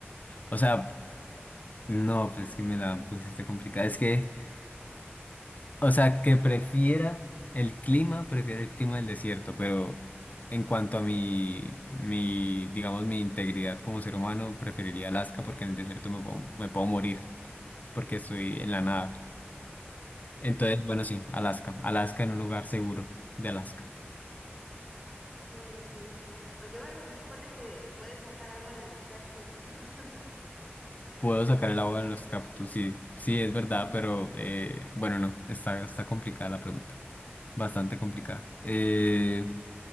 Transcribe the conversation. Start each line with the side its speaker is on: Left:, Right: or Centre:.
Left: o sea, no, pues que me la pusiste complicada. Es que, o sea, que prefiera el clima, prefiera el clima del desierto, pero en cuanto a mi, mi, digamos, mi integridad como ser humano, preferiría Alaska porque en el desierto me puedo, me puedo morir, porque estoy en la nada. Entonces,
Centre: Pues,
Left: bueno,
Centre: sí.
Left: sí, Alaska, Alaska en un lugar seguro de Alaska.
Centre: bueno, sí. Aunque bueno, se supone que puedes sacar agua de los cactus, ¿no? <laughs>
Left: Puedo sacar el agua de los cactus, sí, sí, es verdad, pero eh, bueno, no, está, está complicada la pregunta, bastante complicada. Eh,